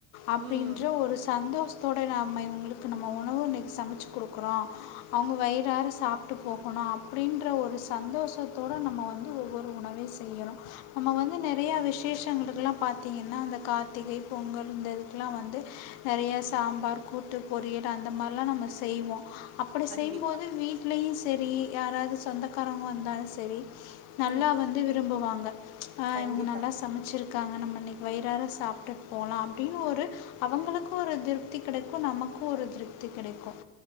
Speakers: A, on the left; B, on the right.
A: அப்டின்ற
B: ம்
A: ஒரு சந்தோஷ த்தோட நம்ம இவங்களுக்கு நம்ம உணவு இன்னைக்கி சமைச்சு குடுக்குறோ. அவங்க வயிறார சாப்ட்டு போகணு அப்டின்ற ஒரு சந்தோஷத்தோட நம்ம வந்து ஒவ்வொரு உணவையு செய்யறோ. நம்ம வந்து நெறைய விசேஷங்களுக்கெல்லா பாத்தீங்கன்னா அந்த கார்த்திகை பொங்கல் இந்த இது க்கெல்லா வந்து நெறைய சாம்பார் கூட்டு பொரியல் அந்த மாரிலா நம்ம செய்வோ. அப்படி
B: கண்டிப்பா
A: செய்யும்போது வீட்லயும் சேரி யாராவது சொந்தக்காரங்க வந்தாலும் செரி நல்லா
B: ம்
A: வந்து விரும்புவாங்க ஆஹ
B: கண்டிப்பா
A: இவங்க நல்லா சமைச்சி இருக்காங்க நம்ம இன்னைக்கு வயிறாரா சாப்பிட்டுட்டு போகலாம் அப்படின்னு ஒரு அவங்களுக்கும் ஒரு திருப்தி கெடைக்கும் நமக்கும் ஒரு திருப்தி கெடைக்கும்